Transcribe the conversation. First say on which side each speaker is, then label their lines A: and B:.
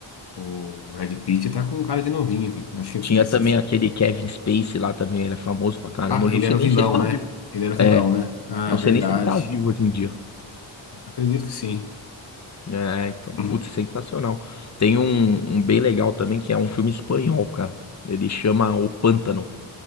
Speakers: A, on the left; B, on the left.
A: o Brad Pitt tá com cara de novinho, cara. Acho que esse.
B: Tinha também aquele Kevin Spacey lá também, ele é famoso pra caramba.
A: Ah,
B: Hoje
A: ele
B: eu não
A: era
B: sei
A: o
B: nem
A: vilão,
B: se ele tá
A: né?
B: vivo.
A: Ele era o vilão,
B: É,
A: né?
B: eu
A: Ah,
B: não
A: verdade.
B: sei nem se ele tá vivo hoje em dia.
A: Acredito que sim.
B: É, então,
A: <clears throat>
B: putz, sensacional. Tem um, um bem legal também, que é um filme espanhol, cara. Ele chama O Pântano.